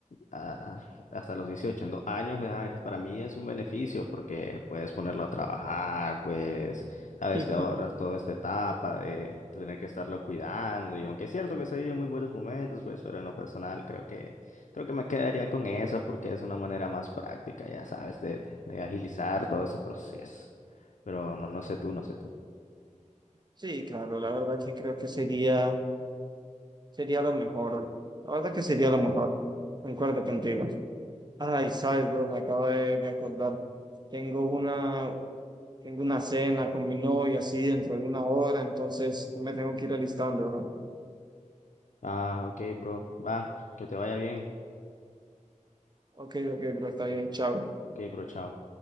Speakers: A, on the left (about 70°); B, on the right (about 35°).
A: ah, hasta los 18 en dos años, ya es- para mí es un beneficio porque puedes ponerlo a trabajar, pues, sabes,
B: Ujú.
A: te ahorras toda esta etapa de tener que estarlo cuidando. Y aunque es cierto que se viven muy buenos momentos, pues, pero en lo personal creo que, creo que me quedaría con eso porque es una manera más práctica, ya sabes, de, de agilizar todo ese proceso. Pero no, no sé tú, no sé tú.
B: Sí, claro, la verdad que creo que sería, sería lo mejor. La verdad que sería lo mejor. Concuerdo contigo. Ay, sabes, bro, me acabo de, de acordar. Tengo una, tengo una cena con mi novia así dentro de una hora, entonces me tengo que ir alistando, bro.
A: Ah, ok, bro, va, que te vaya bien.
B: Ok, ok, bro, está bien, chao.
A: Ok, bro, chao.